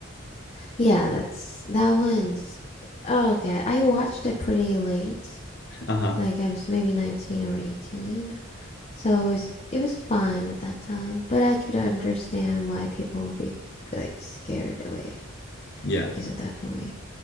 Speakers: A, on the left; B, on the left.
A: Yeah, that's that one's oh, okay. I watched it pretty late.
B: Uh huh.
A: Like I was maybe 19 or 18. So it was it was fine at that time, but I could understand why people would be like scared away
B: Yeah.
A: because of that movie.